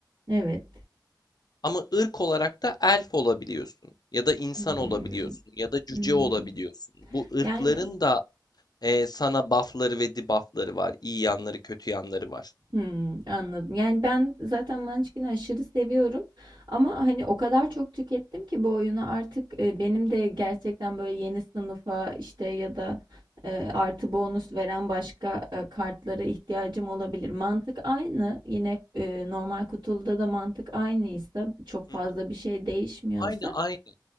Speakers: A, on the right; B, on the left.
A: Evet.
B: ama ırk olarak da elf olabiliyorsun ya da insan
A: Hmm.
B: olabiliyorsun ya da cüce
A: Hmm.
B: olabiliyorsun. Bu ırkların
A: Yani
B: da ee, sana buff'ları ve debuff'ları var. İyi yanları, kötü yanları var.
A: Hımm, anladım. Yani, ben zaten Munchkin'i aşırı seviyorum ama, hani, o kadar çok tükettim ki bu oyunu artık, eee, benim de gerçekten, böyle, yeni sınıfa, işte, ya da, eee, artı bonus veren başka, eee, kartlara ihtiyacım olabilir. Mantık aynı. Yine, eee, normal kutuluda da mantık aynıysa, çok
B: Hı
A: fazla
B: hı.
A: bir şey değişmiyorsa
B: Aynı aynı.